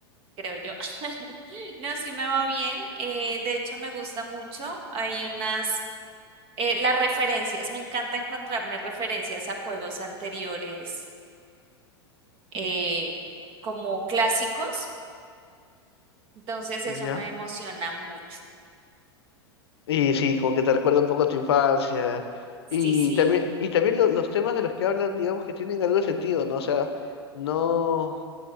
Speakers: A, on the right (about 40°); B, on the left (about 75°).
A: creo yo. <laughs> No, sí me va bien. eh, de hecho, me gusta mucho. Hay unas, eh, las referencias, me encanta encontrarme referencias a juegos anteriores eh, como clásicos. Entonces, eso
B: Ya.
A: me emociona mucho.
B: Y sí, como que te recuerda un poco a tu infancia.
A: Sí,
B: Y
A: sí.
B: también, y también lo- los temas de los que hablan, digamos que tienen algo de sentido, ¿no? O sea, no,